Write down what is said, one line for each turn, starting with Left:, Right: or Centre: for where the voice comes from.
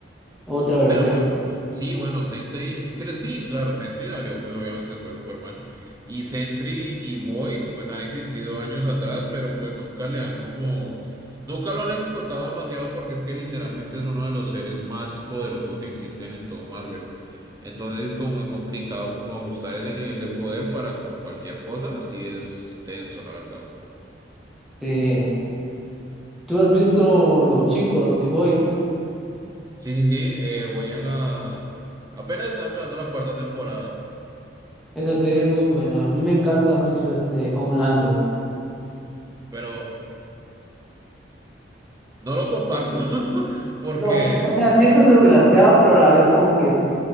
Centre: otra
Right: Bueno,
Centre: versión.
Right: pues sí, bueno, Sentry, creo, sí, claro, Sentry salió pues obviamente después de Superman. Y Sentry y Void pues han existido años atrás, pero pues nunca le han como, nunca lo han explotado demasiado porque es que literalmente es uno de los seres más poderosos que existen en todo Marvel. Entonces es como muy complicado como ajustar ese nivel de poder para como cualquier cosa, así es tenso, la verdad.
Centre: Sí. ¿Tú has visto Los Chicos, The Boys?
Right: Sí, sí, sí, eh, voy en la... Apenas está empezando la cuarta temporada,
Centre: Esa serie es muy buena. A mí me encanta mucho este Homelander.
Right: pero... No lo comparto <laughs> porque,
Centre: No, o sea, sí es un desgraciado, pero a la vez como que